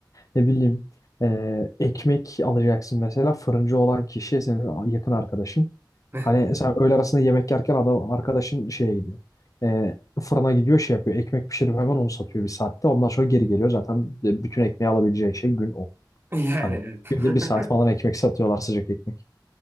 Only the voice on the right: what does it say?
<laughs>
Yani.
<laughs>